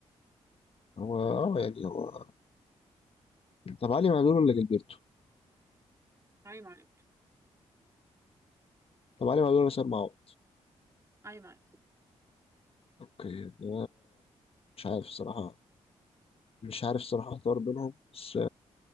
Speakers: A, on the left; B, on the right.
A: هو اه يعني هو طب علي معلول ولا جilberto
B: علي معلول
A: طب علي معلول ولا سيد معوض
B: علي معلول
A: اوكي ده مش عارف الصراحة مش عارف الصراحة اختار بينهم بس